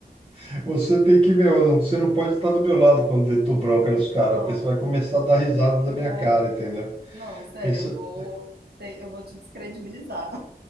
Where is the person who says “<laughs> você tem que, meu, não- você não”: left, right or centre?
Right